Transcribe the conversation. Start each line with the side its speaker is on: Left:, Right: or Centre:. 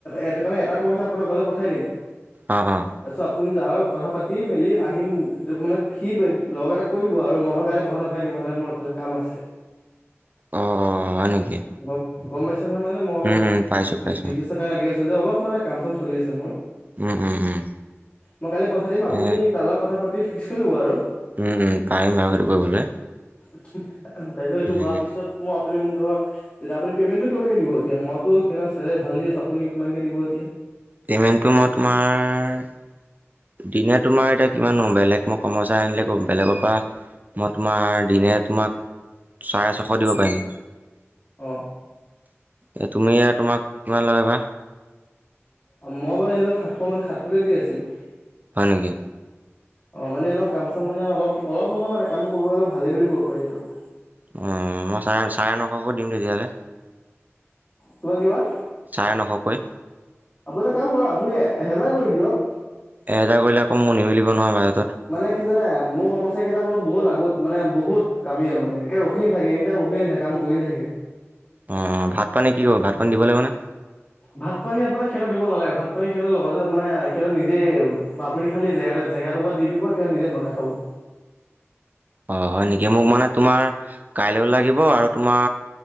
Left: এটা কাৰণে এটা কৰ্ম চাৰি আছে আপোনাক ঘৰলৈ পঠাই দিম,
Right: অঁ অঁ
Left: তাৰ আপুনি তা লগত কথা পাতি মেলি আহিম মানে সি লগ এটা কৈ দিব আৰু মইটো কাইলৈ ঘৰ নাথাকিম। মানে মোৰ এইফালে কাম আছে।
Right: অঁ অঁ হয় নেকি?
Left: গম গম পাইছো নহয় মানে মই অলপ
Right: উম উম পাইছোঁ পাইছোঁ
Left: বিজনেচৰ কাৰণে লাগি আছো যে অলপ মানে কাম চাম চলি আছে মোৰ।
Right: উম উম উম
Left: মই কাইলে পঠাই দিম আপুনি
Right: এ
Left: তাৰ লগত কথা পাতি ফিক্স কৰি ল'ব আৰু
Right: উম উম পাৰিম বাৰু সেইটো কৰিবলৈ।
Left: তাৰ পিছত এইটো
Right: উম,
Left: হোৱাৰ পিছত। মই আপুনি মোক ধৰ তেয়া আপুনি পে'মেণ্টটো কিমান কে দিব এতিয়াই সেই চাৰে ভাল দি আছো আপুনি কিমানকে দিব এতিয়া।
Right: পেমেন্টটো মই তোমাৰ দিনত, তোমাৰ এতিয়া কিমান বেলেগ মই কমচাৰি আনিলে ক বেলেগৰ পৰা। মই তোমাৰ দিনে তোমাক চাৰে ছশ দিব পাৰিম।
Left: অ,
Right: এ তুমি তোমাক কিমান লাগে বা।
Left: মই বাৰু সিহঁতক সাতশ মান সাতশকে দি আছিলো।
Right: হয় নেকি।
Left: অ মানে এনেক কাম চাম মানে অলপ অলপ নহয় মানে কাম কৰিব গলে ভালেই বুলি কব পাৰি আৰু
Right: অঁ মই চাৰে চাৰে নশকৈ দিম তেতিয়াহ'লে
Left: কিমান কিমান
Right: চাৰে নশকৈ,
Left: আপুনি এটা কাম কৰক আপুনি এহেজাৰ কৰি দিয়ক।
Right: এহেজাৰ কৰিলে আকৌ মোৰ নিমিলিব নহয় ভাই,
Left: মানে কি জানে মোৰ কমচাৰি কেইটা মানে, বহুত আগত মানে বহুত কামি আৰু মানে একে ৰখিয়ে থাকে এনি টাইম ৰখিয়ে থাকে কাম কৰিয়ে থাকে।
Right: অ ভাত পানী কি কৰিব ভাত পানী দিব লাগিব নহয়।
Left: ভাত পানী আপোনাৰ সেইটো দিব নালাগে ভাত পানী খেনৰ লগতে মানে সেহঁত নিজে বা আপুনি খালী জেগা জেগা টুকৰা দি দিব সিহ নিজে বনাই খাব।
Right: অ হয় নেকি মোক মানে তোমাৰ কাইলৈও লাগিব আৰু তোমাৰ